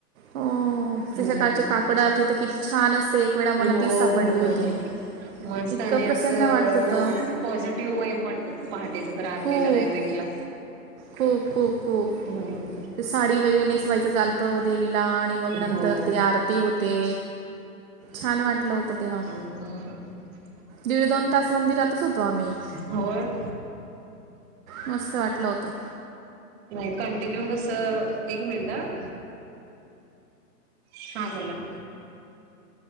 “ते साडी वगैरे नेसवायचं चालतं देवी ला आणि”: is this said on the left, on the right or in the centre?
Right